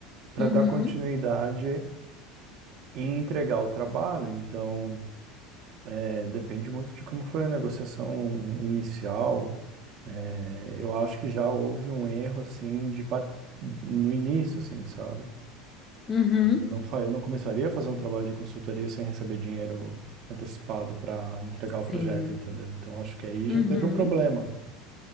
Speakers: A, on the right; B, on the left.
A: para
B: uhum,
A: dar continuidade e entregar o trabalho. Então, é, depende muito de como foi a negociação inicial. É, eu acho que já houve um erro assim de par... no início, assim, sabe?
B: uhum,
A: Eu não, fa- eu não começaria a fazer um trabalho de consultoria sem receber dinheiro antecipado para entregar o projeto,
B: sim,
A: entendeu? Então acho que aí já
B: uhum,
A: teve um problema,